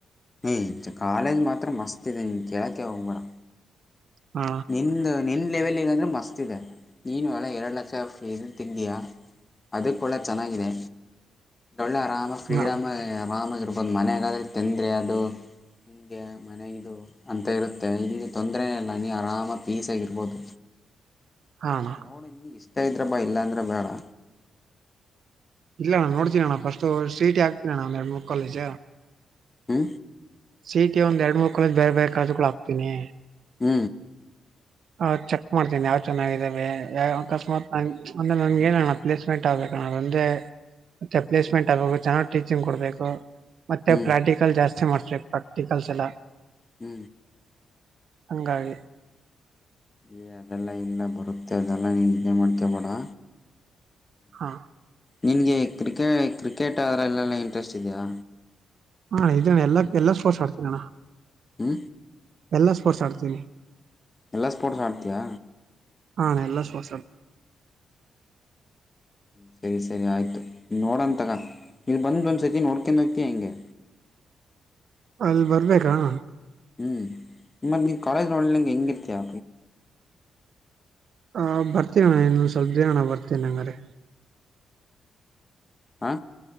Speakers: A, on the left (about 30°); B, on the right (about 65°).
A: ಹೆ ಚ ಕಾಲೇಜ್ ಮಾತ್ರ ಮಸ್ತ ಇದೆ ನೀ ಕೇಳಕ್ಕೆ ಹೋಗ್ ಬೇಡಾ.
B: ಹಾ
A: ನಿಂದು ನಿನ್ನ ಲೆವೆಲ್ಗ ಅಂದ್ರರೆ ಮಸ್ತ ಇದೆ ನೀನು ಅಲ್ಲ ಎರಡು ಲಕ್ಷ ಫೀಜ್ ತಿಂದೀಯಾ. ಅದಕ ಒಳ್ಳೆ ಚೆನ್ನಾಗಿದೆ ಡೊಳ್ಳೆ ಆರಾಮ ಫ್ರೀಡಮ
B: ಹಾ
A: ಆರಾಮಾಗಿರ್ಬದು. ಒಂದು ಮನೆಗಾದ್ರೆ ತಂದ್ರೆ ಅದು. ಹಿಂಗೆ ಮನೆ ಇದು ಅಂತ ಇರುತ್ತೆ ಇಲ್ಲಿ ತೊಂದರೆ ಏನ್ ಇಲ್ಲಾ ನೀ ಆರಾಮಾಗಿ ಪೀಸಿಯಾಗಿರರ್ಬೋದು.
B: ಹಾ ಅಣ್ಣ
A: ನೋಡಿ ನೀನಗ ಇಷ್ಟಾ ಇದ್ರ ಬಾ ಇಲ್ಲಾಂದ್ರ ಬೇಡಾ.
B: ಇಲ್ಲಾ ಅಣ್ಣಾ ನೋಡ್ತೀನಿ ಅಣ್ಣಾ ಫಸ್ಟು ಸಿ ಇ ಟಿ ಹಾಕ್ತೀನಣ್ಣಾ ಒಂದ್ ಎರಡು ಮೂರು ಕಾಲೇಜ.
A: ಹು
B: ಸಿ ಇ ಟಿ ಒಂದು ಎರಡು ಮೂರು ಕಾಲೆಜ್ ಬೇರೆ ಬೇರೆ ಕಾಲೇಜಗುಳ ಹಾಕ್ತೇನಿ.
A: ಹು
B: ಹ ಚೆಕ್ ಮಾಡ್ತೀನಿ ಯಾವ್ ಚೆನ್ನಾಗಿದಾವೆ ಯಾವ ಅಕಸ್ಮಾತ್ ನ ಅಂದ್ರ ನಂಗ ಏನ್ ಅಣ್ಣಾ. ಪ್ಲೇಸ್ಮೆಂಟ್ ಆಗ್ಬೇಕ ಅಣ್ಣಾ ಅದೊಂದೇ ಮತ್ತೆ ಪ್ಲೇಸ್ಮೆಂಟ್ ಆಗ್ಬೇಕು ಚೆನ್ನಾಗ್ ಟೀಚಿಂಗ್ ಕೊಡ್ಬೇಕು. ಮತ್ತೆ
A: ಹ್ಞೂ
B: ಪ್ರಾಕ್ಟಿಕಲ್ ಜಾಸ್ತಿ ಮಾಡ್ತಬೇಕ ಪ್ರಾಕ್ಟಿಕಲ್ಸ್ ಎಲ್ಲಾ.
A: ಹು
B: ಹಂಗಾಗಿ.
A: ಎ ಅದೆಲ್ಲಾ ಇಲ್ಲ ಬರುತ್ತೆ ಅದೆಲ್ಲಾ ನೀ ಇದು ಮಾಡ್ಕೊಬೇಡಾ.
B: ಹಾ
A: ನಿನಗೆ ಕ್ರಿಕೆ ಕ್ರಿಕೆಟ್ ಅದರಲ್ಲೆಲ್ಲಾ ಇಂಟ್ರೆಸ್ಟ್ ಇದೆಯಾ.
B: ಹಾ ಇದೇಣ್ಣಾ ಎಲ್ಲಾ ಎಲ್ಲಾ ಸ್ಪೋರ್ಟ್ಸ್ ಆಡ್ತೀನಿ ಅಣ್ಣಾ
A: ಹ್ಞೂ
B: ಎಲ್ಲಾ ಸ್ಪೋರ್ಟ್ಸ್ ಆಡ್ತೀನಿ.
A: ಎಲ್ಲಾ ಸ್ಪೋರ್ಟ್ಸ್ ಆಡ್ತೀಯಾ.
B: ಹಾ ಅಣ್ಣಾ ಎಲ್ಲಾ ಸ್ಪೋರ್ಟ್ಸ್ ಆಡ್
A: ಸರಿ ಸರಿ ಆಯ್ತು ನೋಡನತೊಗ ಇಲ್ಲಿ ಬಂದ ಒಂದ್ಸರ್ತಿ ನೋಡ್ಕೊಂಡು ಹೋಕ್ಕಿಯ ಹೆಂಗೆ.
B: ಅಲ್ಲಿ ಬರ್ಬೇಕಾ ಅಣ್ಣಾ.
A: ಹು ಮತ್ತ ನೀ ಕಾಲೇಜ್ ರೋಡ್ಲಿರಲಂಗೆ ಹೆಂಗಿರ್ತಿಯಾ.
B: ಹ ಬರ್ತಿ ಅಣ್ಣಾ ಇನ್ನೊಂದ ಸ್ವಲ್ಪ ದಿನ ಅಣ್ಣಾ ಬರ್ತೀನಿ ಹಂಗಾರೆ.
A: ಆ